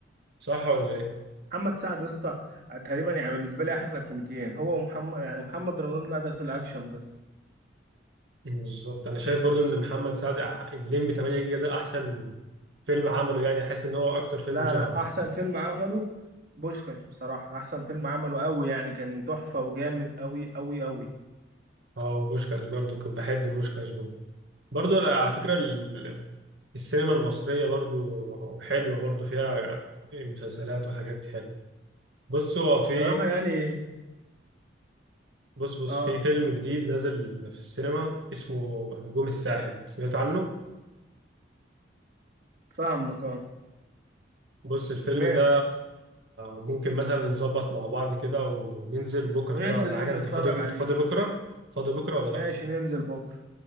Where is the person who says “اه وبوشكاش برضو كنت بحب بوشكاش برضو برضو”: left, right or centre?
Right